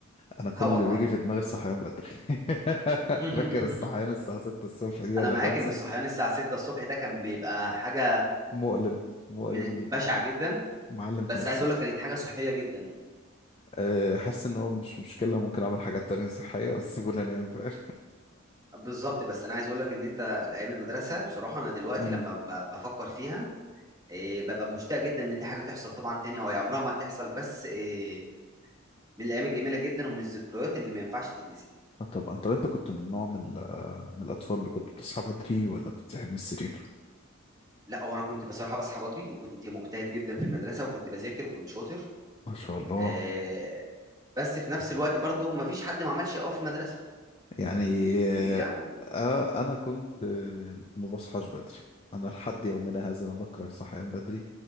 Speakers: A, on the left; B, on the right.
A: انا كل
B: اه والله
A: اللي بيجي في دماغي الصحيان بدري <laughs>
B: <laughs>
A: فاكر الصحيان الساعه 6 الصبح دي
B: انا
A: ولا
B: معاك
A: 5
B: ان الصحيان الساعه 6 الصبح ده كان بيبقى حاجه
A: مؤلم مؤلم
B: من- بشعه جدا
A: معلم
B: بس
A: في نفسيتي
B: عايز اقول لك كانت حاجه صحيه جدا
A: أه حاسس ان هو مش مشكلة ممكن اعمل حاجات تانية صحية بس سيبوني انام فاهم؟
B: بالظبط بس انا عايز اقول لك ان انت الايام المدرسه بصراحه انا دلوقتي
A: <laughs> أمم.
B: لما ب- بفكر فيها إيه، ببقى مشتاق جدا ان دي حاجه تحصل طبعا تاني هو عمرها ما هتحصل بس إيه، من الايام الجميله جدا ومن الذكريات اللي ما ينفعش تتنسي
A: آه طبعا طب انت كنت من نوع من, ال- من الاطفال اللي كنت بتصحى بدري ولا بتتسحب من السرير
B: لا هو انا كنت بصراحه بصحى بدري وكنت مجتهد جدا في المدرسه وكنت بذاكر وكنت شاطر
A: ما شاء الله
B: آه، بس في نفس الوقت برضو ما فيش حد ما عملش قوي في المدرسه
A: يعني آه
B: يعني
A: آه، انا كنت آه ما بصحاش بدري انا لحد يومنا هذا انا بكره الصحيان بدري